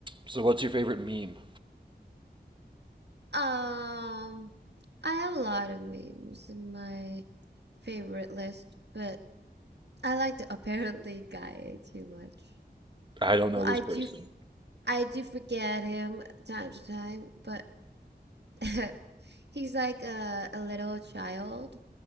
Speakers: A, on the right; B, on the right.
A: So, what's your favorite meme?
B: Um, I have a lot of memes in my favorite list, but I like the <laughs> apparently guy too much.
A: I don't know
B: Well,
A: this
B: I
A: person.
B: do, f- I do forget him time to time, but <laughs> he's like a, a little child,